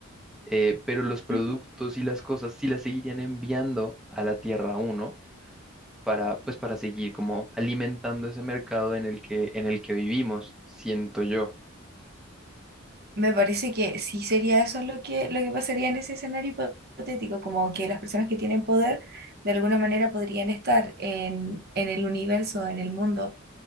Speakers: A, in the centre; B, on the right.
A: eh, pero los productos
B: ujú.
A: y las cosas sí las seguirían enviando a la Tierra uno para, pues, para seguir como alimentando ese mercado en el que, en el que vivimos, siento yo.
B: Me parece que sí sería eso lo que, lo que pasaría en ese escenario hipotético, como que las personas que tienen poder de alguna manera podrían estar en, en el universo, en el mundo